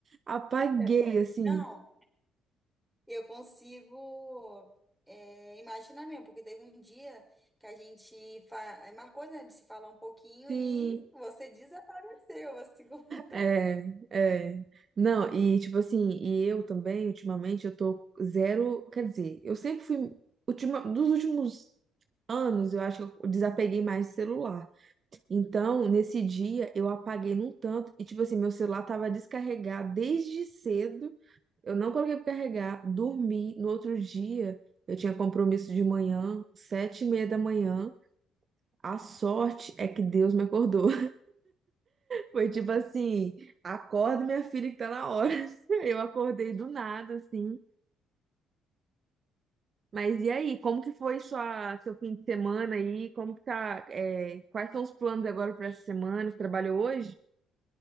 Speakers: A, on the right; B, in the centre.
A: apaguei
B: É.
A: assim.
B: Não. eu consigo é, imaginar mesmo, porque teve um dia que a gente fa- eh, marcou, né, de se falar um pouquinho
A: Sim.
B: e você desapareceu, assim, <laughs> completamente.
A: É, é. Não, e tipo assim, e eu também, ultimamente, eu tô zero. Quer dizer, eu sempre fui. Ultima, dos últimos anos, eu acho que eu desapeguei mais do celular. Então, nesse dia, eu apaguei num tanto. E tipo assim, meu celular tava descarregado desde cedo. Eu não coloquei pra carregar, dormi. No outro dia, eu tinha compromisso de manhã, sete e meia da manhã. A sorte é que Deus me acordou. Foi tipo assim, acorda minha filha que tá na hora. <laughs> Eu acordei do nada, assim. Mas e aí, como que foi sua, seu fim de semana aí? Como que tá, é, quais são os planos agora para essa semana? Você trabalhou hoje?